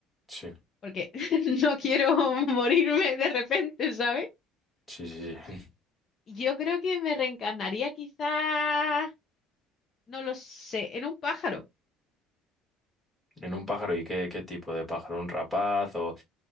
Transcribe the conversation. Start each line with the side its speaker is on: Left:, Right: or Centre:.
Centre: Sí,
Left: porque <laughs> no quiero morirme de repente, ¿sabes?
Centre: sí, sí, sí.
Left: Yo creo que me reencarnaría quizás, no lo sé, en un pájaro.
Centre: <laughs> En un pájaro, ¿y qué, qué tipo de pájaro? ¿Un rapaz o